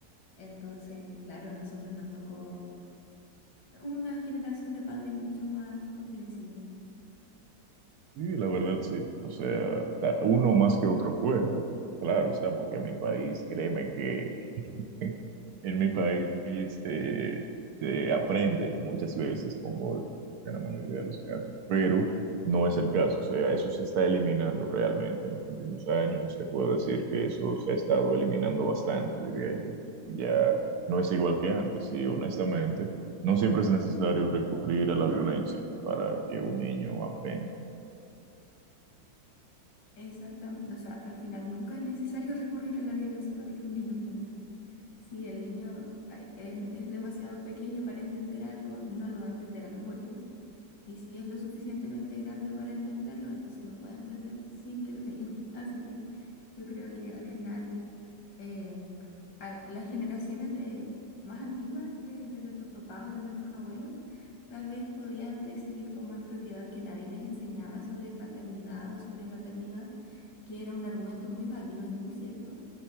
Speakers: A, on the left (about 80°); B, on the right (about 65°).
A: Entonces, claro, a nosotros nos tocó una generación de padres mucho más comprensivos.
B: Sí, la verdad sí. O sea, ta- uno más que otro fuerte. Claro está, porque en mi país, créeme que <laughs> en mi país eh, se aprende muchas veces con golpes, en la mayoría de los casos, pero no es el caso. O sea, eso se está eliminando realmente en los últimos años. Te puedo decir que eso se ha estado eliminando bastante, diría yo. Ya no es igual que antes, y honestamente, no siempre es necesario recurrir a la violencia para que un niño aprenda.
A: Exactamente, o sea, al final nunca es necesario <laughs> recurrir a la violencia para que un niño aprenda. Si el niño ay, en- es demasiado pequeño para entender algo, no lo va a entender a los golpes. Y si es lo suficientemente grande para entenderlo, entonces lo puede entender sin que le peguen. <laughs> Así que yo creo que al final eh, a- las generaciones de, más antiguas de, de nuestros papás o de nuestros abuelos tal vez podían decir con más propiedad que nadie les enseñaba sobre paternidad o sobre maternidad, que era un argumento muy válido y muy cierto